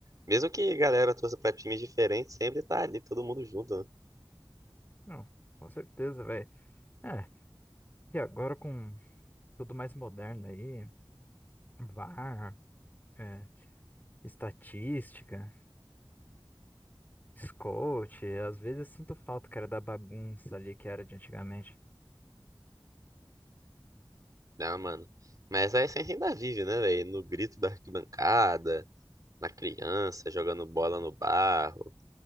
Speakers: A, on the right (about 40°); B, on the left (about 20°).
A: Mesmo que a galera torça pra times diferentes, sempre tá ali todo mundo junto, né?
B: Não, com certeza, velho. É, e agora com tudo mais moderno aí, VAR, é, estatística. Scout, às vezes eu sinto falta, cara, da bagunça ali que era de antigamente.
A: Ah, mano. Mas a essência ainda vive, né, velho? No grito da arquibancada, na criança, jogando bola no barro,